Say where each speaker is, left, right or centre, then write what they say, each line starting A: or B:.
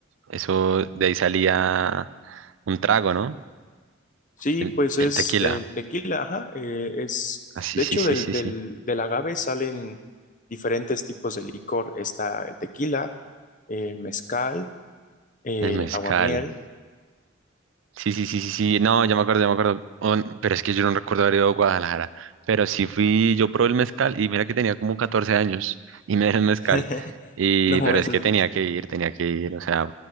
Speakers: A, on the right; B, on the left.
A: Eso de ahí salía un trago, ¿no?
B: Sí,
A: El,
B: pues
A: el
B: es
A: tequila.
B: el tequila, ajá, eh, es,
A: Ah, sí,
B: de
A: sí,
B: hecho,
A: sí,
B: del,
A: sí,
B: del,
A: sí.
B: del agave salen diferentes tipos de licor. Está el tequila, el mezcal, eh,
A: El mezcal.
B: aguamiel.
A: Sí, sí, sí, sí, sí. No, ya me acuerdo, ya me acuerdo. Oh, n- pero es que yo no recuerdo haber ido a Guadalajara. Pero sí fui, yo probé el mezcal y mira que tenía como 14 años y me dieron mezcal.
B: <laughs>
A: Y,
B: No,
A: pero
B: eso
A: es que tenía
B: es,
A: que ir, tenía que ir, o sea,